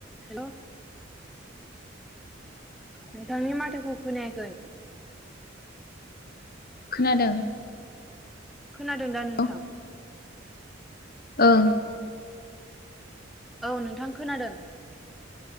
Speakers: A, in the centre; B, on the left.
A: हेल' नोंथांनि माथाखौ खोनायाखै।
B: खोनादों।
A: खोनादों दा नोंथां?
B: औ ओं।
A: उम औ नोंथां खोनादों।